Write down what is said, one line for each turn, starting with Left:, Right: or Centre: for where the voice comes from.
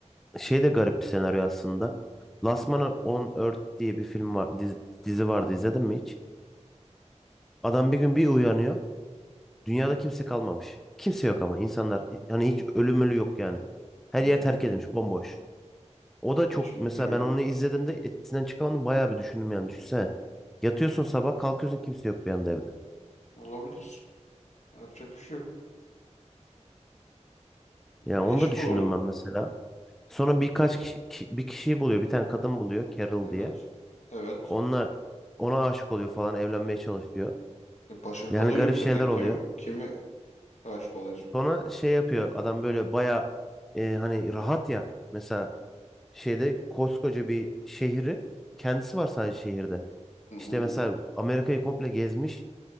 Centre: Şey de garip bir senaryo aslında. Last Man on Earth diye bir film var, dizi, dizi vardı izledin mi hiç? Adam bir gün bir uyanıyor. Dünyada kimse kalmamış. Kimse yok ama insanlar hani hiç ölüm ölü yok yani. Her
Left: Bilmiyorum.
Centre: yer terk edilmiş, bomboş. O da çok
Left: Hiçbir
Centre: mesela
Left: fikrim
Centre: ben
Left: yok.
Centre: onu izlediğimde etkisinden çıkamadım bayağı bir düşündüm yani düşünsene. Yatıyorsun sabah kalkıyorsun kimse yok bir anda evde.
Left: Olabilir. Yapacak bir şey yok.
Centre: Yani onu
Left: Değişik
Centre: da düşündüm
Left: olurdu.
Centre: ben mesela. Sonra birkaç kişi, ki- bir kişiyi buluyor. Bir tane kadın buluyor Carol
Left: Evet.
Centre: diye.
Left: Evet.
Centre: Onunla ona aşık oluyor falan evlenmeye çalışıyor.
Left: E başka
Centre: Yani
Left: kadın yok
Centre: garip
Left: zaten.
Centre: şeyler
Left: Kimi,
Centre: oluyor.
Left: kimi aşık olacak?
Centre: Sonra şey yapıyor adam böyle baya e, hani rahat ya. Mesela şeyde koskoca bir şehri kendisi var sadece şehirde.
Left: Hı hı.
Centre: İşte mesela Amerika'yı komple gezmiş.